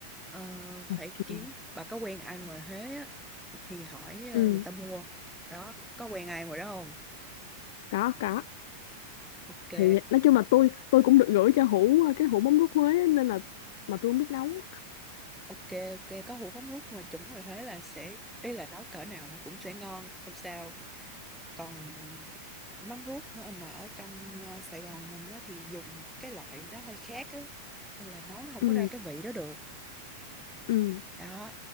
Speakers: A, in the centre; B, on the left.
A: Ờ,
B: Ok.
A: phải kiếm bà có quen ai ngoài Huế thì hỏi
B: ừ
A: ờ, người ta mua đó có quen ai ngoài đó không
B: có có
A: ok
B: thì nói chung là tôi tôi cũng được gửi cho Hữu cái hũ mắm rút Huế á, nên là mà tôi không biết nấu
A: ok ok có hũ mắm rút mà chuẩn ngoài Huế là sẽ ý là nấu cỡ nào nó cũng sẽ ngon không sao còn mắm rút hả, mà ở trong ờ, Sài Gòn mình á, thì dùng cái loại nó hơi khác á, nên là nấu nó không
B: ừ
A: có ra cái vị đó được
B: ừ
A: đó